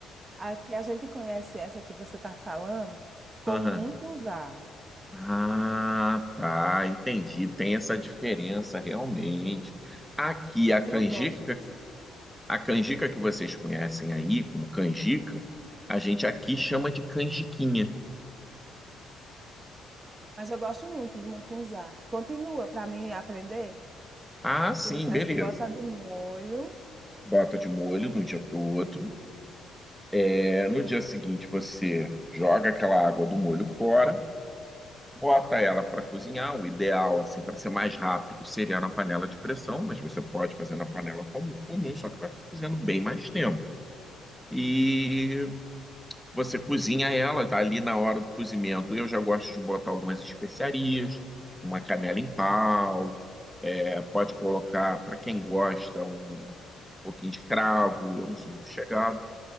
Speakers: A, on the right; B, in the centre.
A: Aqui a gente conhece essa que você está falando como
B: Aham.
A: mucunzá.
B: Ah, tá, entendi. Tem essa diferença realmente. Aqui
A: Mas
B: a canjica.
A: eu gosto, você-
B: A canjica que vocês conhecem aí como canjica, a gente aqui chama de canjiquinha.
A: mas eu gosto muito do mucunzá. Continua para mim aprender.
B: Ah, sim,
A: Tu disseste
B: beleza.
A: que bota de molho.
B: Bota de molho de um dia para o outro. É, no dia seguinte você joga aquela água do molho fora, bota ela para cozinhar. O ideal, assim, para ser mais rápido, seria na panela de pressão, mas você pode fazer na panela comum, comum, só que vai ficar cozinhando bem mais tempo. E Você cozinha ela tá ali na hora do cozimento. Eu já gosto de botar algumas especiarias, uma canela em pau, é, pode colocar, para quem gosta, um pouquinho de cravo. Eu não sou muito chegado,